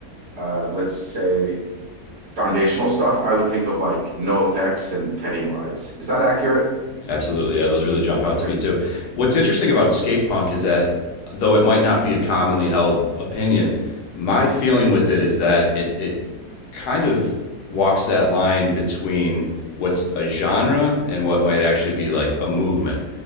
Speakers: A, on the right; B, on the left.
A: uh let's say foundational stuff, I would think of like No Effects and Pennywise. Is that accurate?
B: Absolutely. Yeah, those really jump out
A: Okay.
B: to me too. What's interesting about skate punk is that though it might not be a commonly held opinion, my feeling with it is that it it kind of walks that line between what's a genre and what might actually be like a movement.